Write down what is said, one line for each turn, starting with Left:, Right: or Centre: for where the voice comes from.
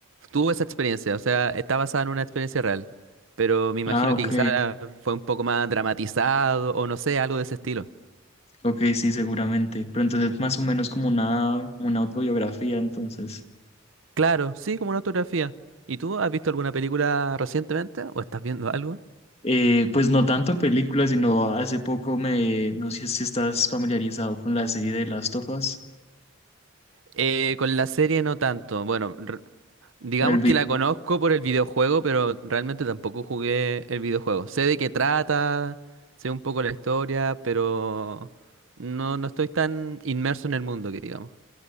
Right: tuvo esa experiencia, o sea, está basada en una experiencia real, pero me imagino
Left: Ah, ok,
Right: que quizá fue un poco más dramatizado o no sé, algo de ese estilo.
Left: ok, sí, seguramente. Pero entonces es más o menos como una, como una autobiografía, entonces.
Right: Claro, sí, como una autografía. ¿Y tú has visto alguna película recientemente o estás viendo algo?
Left: Eh, pues no tanto películas, sino hace poco me, no sé si estás familiarizado con la serie de Last of Us
Right: Eh, con la serie no tanto. Bueno, r- Digamos
Left: con el
Right: que la conozco por el videojuego, pero realmente tampoco jugué el videojuego. Sé de qué trata, sé un poco la historia, pero no, no estoy tan inmerso en el mundo que digamos.